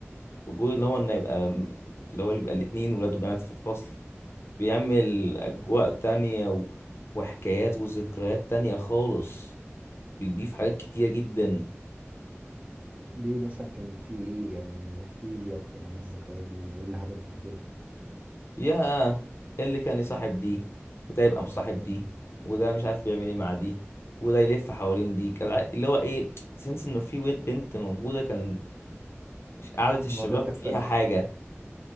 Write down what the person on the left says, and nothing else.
وجود ان هو ان يبقى م- اللي هو اللي يبقى الاتنين ولاد وبنات في الفصل بيعمل اجواء تانية و... وحكايات وذكريات تانية خالص بيضيف حاجات كتيرة جدا
يا اللي كان يصاحب دي وده يبقى مصاحب دي وده مش عارف بيعمل ايه مع دي وده يلف حوالين دي كان ع- اللي هو ايه سنس انه في wi- بنت موجودة كان مش قعدة الشباب
فيها حاجة